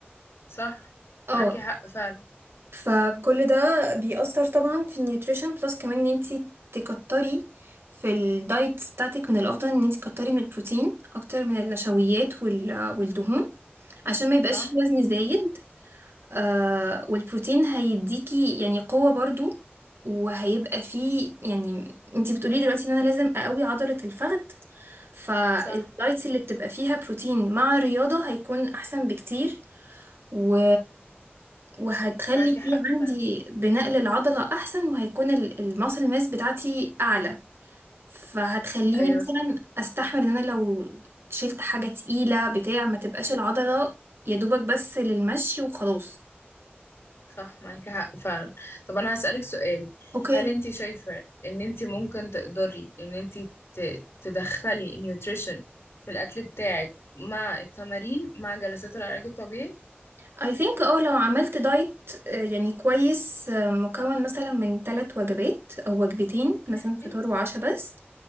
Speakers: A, on the left; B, on the right.
A: صح
B: اه
A: معاكي حق فعلا
B: فكل ده بيأثر طبعا في النيوتريشن بلس كمان ان انتي تكتري في الدايت بتاعتك من الافضل ان انتي تكتري من البروتين اكتر من النشويات وال- والدهون عشان ما يبقاش
A: صح
B: في وزن زايد آه والبروتين هيديكي يعني قوة برضو وهيبقى فيه يعني انتي بتقولي دلوقتي ان انا لازم اقوي عضلة الفخذ فالدايتس
A: صح
B: اللي بتبقى فيها بروتين مع الرياضة هيكون احسن بكتير و... وهتخلي
A: معاكي حق
B: في عندي
A: فعلا
B: بناء للعضلة أحسن وهيكون الماسل ماس بتاعتي أعلى فهتخليني
A: ايوه
B: مثلا
A: صح
B: أستحمل إن أنا لو شلت حاجة تقيلة بتاع ما تبقاش العضلة يا دوبك بس للمشي وخلاص
A: صح معاكي حق فعلا طب انا هسألك سؤال
B: اوكي
A: هل انت شايفة ان انت ممكن تقدري ان انت ت- تدخلي النيوتريشن في الاكل بتاعك مع التمارين مع جلسات العلاج الطبيعي
B: I think اه لو عملت دايت آه، يعني كويس آه، مكون مثلا من ثلاث وجبات او وجبتين مثلا
A: ماشي
B: فطار وعشاء بس